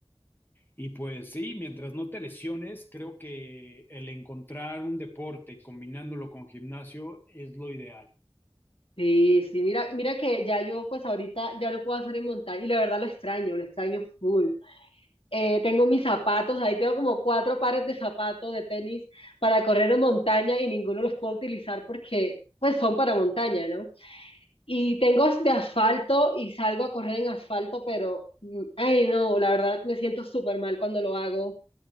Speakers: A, on the left; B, on the left.
A: Y pues sí, mientras no te lesiones, creo que el encontrar un deporte combinándolo con gimnasio es lo ideal.
B: Sí, sí, mira, mira que ya yo pues ahorita ya no puedo hacer en montaña y la verdad lo extraño, lo extraño full. eh, tengo mis zapatos, ahí tengo como cuatro pares de zapatos de tenis para correr en montaña y ninguno los puedo utilizar porque pues son para montaña, ¿no? Y tengo de asfalto y salgo a correr en asfalto, pero, mm, ay no, la verdad me siento súper mal cuando lo hago.